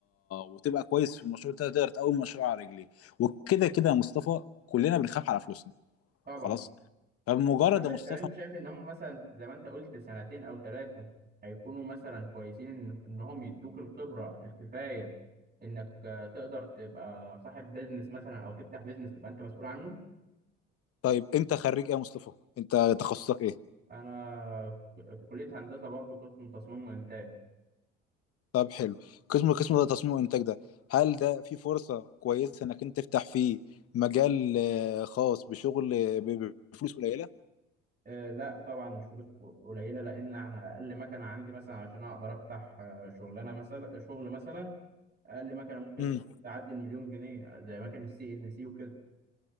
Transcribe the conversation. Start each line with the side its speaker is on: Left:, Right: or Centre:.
Left: وتبقى كويس في المشروع ده تقدر تقوم مشروع على رجليه وكده كده يا مصطفى كلنا بنخاف على فلوسنا
Right: طبعا
Left: خلاص فبمجرد
Right: طب
Left: يا مصطفى
Right: طب انت شايف ان هم مثلا زي ما انت قلت سنتين او ثلاثه هيكونوا مثلا كويسين ان إن هم يدوك الخبره الكفايه انك آه، تقدر تبقى صاحب بيزنس مثلا او تفتح بيزنس تبقى انت مسؤول عنه
Left: طيب انت خريج ايه يا مصطفى انت تخصصك ايه
Right: انا في في كليه هندسه برضو قسم تصميم وانتاج
Left: طب حلو قسم قسم ده تصميم وانتاج ده هل ده في فرصة كويسة انك انت تفتح فيه مجال آه، خاص بشغل آه، ب- بفلوس قليلة
Right: آه، لا طبعا مش فلوس قليله لان احنا اقل مكنه عندي مثلا عشان اقدر افتح آه، شغلانه مثلا شغل مثلا اقل مكنه ممكن
Left: امم
Right: تعدي المليون جنيه زي مكنه السي ان سي وكده